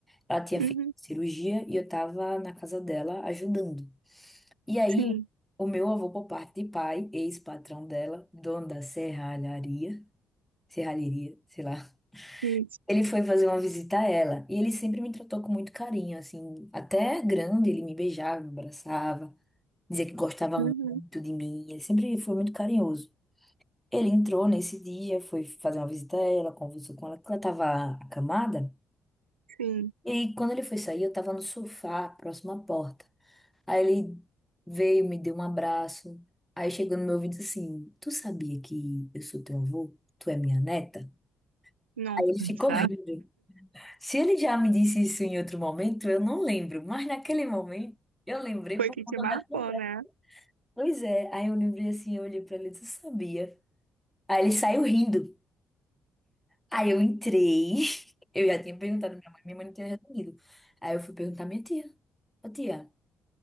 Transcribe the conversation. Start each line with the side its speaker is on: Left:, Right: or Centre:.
Centre: ela tinha feito
Right: Uhum.
Centre: cirurgia e eu tava na casa dela ajudando. E aí,
Right: Sim,
Centre: o meu avô, por parte de pai, ex-patrão dela, dono da serralharia, serralheria, sei lá.
Right: isso.
Centre: Ele foi fazer uma visita a ela e ele sempre me tratou com muito carinho, assim, até grande, ele me beijava, me abraçava, dizia que gostava
Right: Uhum,
Centre: muito de mim, ele sempre foi muito carinhoso. Ele entrou nesse dia, foi fazer uma visita a ela, conversou com ela, que ela estava acamada,
Right: sim.
Centre: e aí, quando ele foi sair, eu estava no sofá, próximo à porta. Aí ele veio, me deu um abraço, aí chegou no meu ouvido assim: Tu sabia que eu sou teu avô? Tu é minha neta?
Right: Nossa,
Centre: Aí ele ficou rindo. Se ele já me disse isso em outro momento, eu não lembro, mas naquele momento eu lembrei
Right: foi
Centre: por
Right: que
Centre: conta
Right: te marcou,
Centre: da conversa.
Right: né?
Centre: Pois é, aí eu lembrei assim, eu olhei pra ele e disse, eu sabia. Aí ele saiu rindo. Aí eu entrei, <laughs> eu já tinha perguntado à minha mãe, minha mãe não tinha respondido. Aí eu fui perguntar à minha tia. Ô tia,